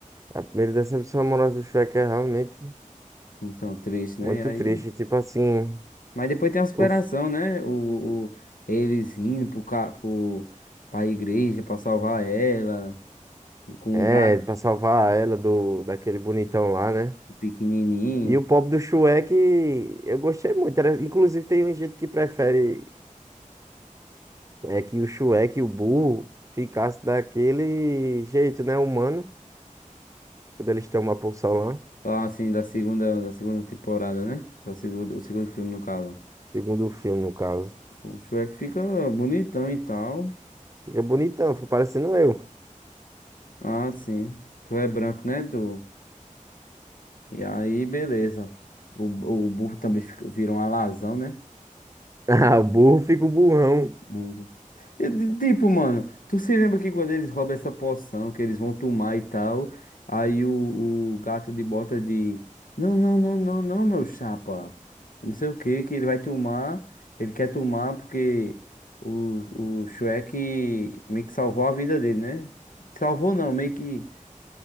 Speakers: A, on the right; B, on the left.
A: A primeira decepção amorosa do Shrek é realmente
B: Então, triste, né?
A: muito
B: E aí...
A: triste. Tipo assim,
B: Mas depois tem a superação,
A: uf,
B: né? O, o- eles indo pro, ca- pro, pra igreja pra salvar ela, com
A: é,
B: o dragão
A: pra salvar ela do, daquele bonitão lá, né?
B: pequenininho.
A: E o pobre do Shrek, eu gostei muito. Era- inclusive, tem gente que prefere é, que o Shrek, o burro, ficasse daquele jeito, né? Humano, quando eles tomam a poção lá.
B: Lá, assim, da segunda, da segunda temporada, né? Do segundo, o segundo filme, no caso.
A: Segundo o filme, no caso.
B: O Shrek fica bonitão e tal.
A: Fica bonitão, fica parecendo eu. <laughs>
B: Ah, sim. Tu é branco, né, Du? E aí, beleza. O, o burro também fica- vira um alazão, né?
A: Ah, o burro fica o burrão.
B: Uhum. E, de- tipo, mano, tu se lembra que quando eles roubam essa poção, que eles vão tomar e tal, aí o, o gato de bota de. Não, não, não, não, não, meu chapa. Não sei o que, que ele vai tomar. Ele quer tomar porque o, o Shrek meio que salvou a vida dele, né? Salvou não, meio que.